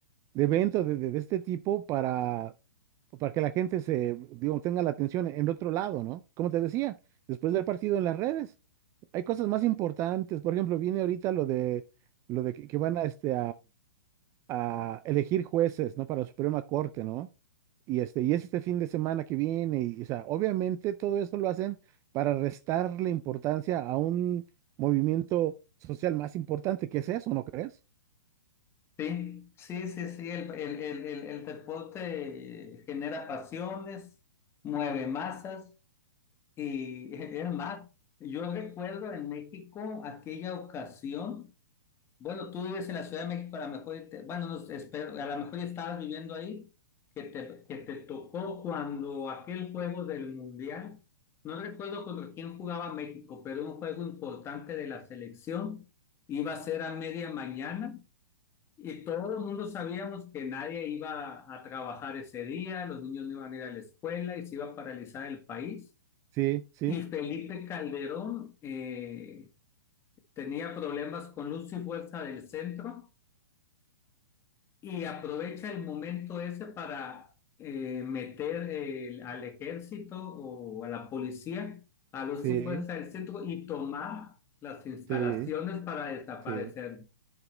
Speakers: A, on the right (about 25°); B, on the left (about 20°).
A: de evento de, de- de este tipo para, para que la gente se, digo, tenga la atención en otro lado, ¿no? Como te decía, después del partido en las redes, hay cosas más importantes. Por ejemplo, viene ahorita lo de, lo de que, que van a este, a elegir jueces, ¿no? Para la Suprema Corte, ¿no? Y este, y es este fin de semana que viene, y, o sea, obviamente todo esto lo hacen para restarle importancia a un movimiento social más importante, que es eso, ¿no crees?
B: Sí, sí, sí, sí, el, el, el, el, el deporte eh, genera pasiones, mueve masas y <laughs> es más, yo recuerdo en México aquella ocasión. Bueno, tú vives en la Ciudad de México, a lo mejor, y te- bueno, no, espero- a lo mejor ya estabas viviendo ahí, que te, que te tocó cuando aquel juego del Mundial, no recuerdo contra quién jugaba México, pero un juego importante de la selección, iba a ser a media mañana y todo el mundo sabíamos que nadie iba a trabajar ese día, los niños no iban a ir a la escuela y se iba a paralizar el país.
A: Sí, sí,
B: Y Felipe Calderón eh, tenía problemas con luz y fuerza del centro y aprovecha el momento ese para eh, meter eh, al ejército o a la policía, a los
A: sí,
B: y fuerza del centro y tomar las instalaciones
A: sí,
B: para desaparecer.
A: sí,